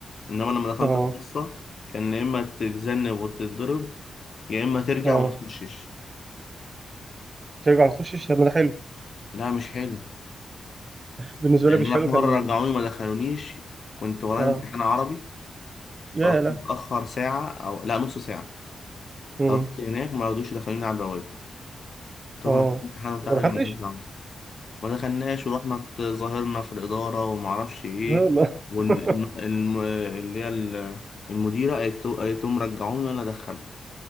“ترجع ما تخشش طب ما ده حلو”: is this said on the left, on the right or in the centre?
Right